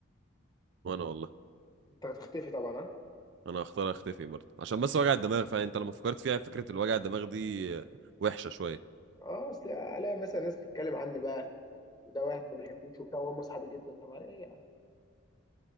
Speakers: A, on the right; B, on the left.
A: وانا والله
B: انت هتختفي طبعا ها
A: انا هختار اختفي برضه عشان بس وجع الدماغ فعلا انت لما فكرت فيها فكرة الوجع الدماغ دي آه، وحشة شوية
B: اه اصل الاقي مثلا ناس بتتكلم عني بقى وده واحد ما بيحبوش وبتاع وهم اصحابي جدا طب على ايه يعني